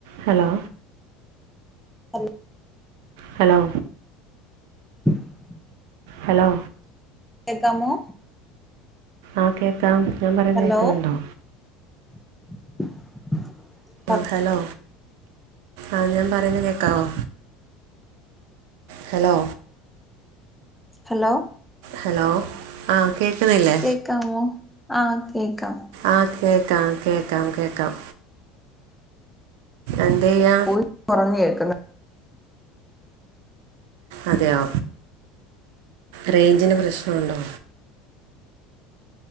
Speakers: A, on the right; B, in the centre.
A: ഹലോ
B: ഹലോ
A: ഹലോ
B: <inaudible>
A: ഹലോ
B: കേക്കാമോ?
A: ആഹ് കേക്കാം ഞാം പറയുന്ന
B: ഹലോ
A: കേക്കുന്നുണ്ടോ?
B: <inaudible>
A: ആഹ്‌ ഹലോ ആഹ് ഞാം പറേന്നെ കേക്കാവോ? ഹലോ
B: ഹലോ
A: ഹലോ ആഹ്‌ കേക്ക്ന്നില്ലേ?
B: കെക്കാമോ ആഹ്‌ കേക്കാം
A: ആഹ്‌ കേക്കാം കേക്കാം കേക്കാം. എന്തെയ്യാ?
B: പോയ് ഒറങ്ങിയേക്ക്ന്ന്.
A: അതെയോ റെയ്ഞ്ചിന്റ പ്രശ്ന ഉണ്ടോ?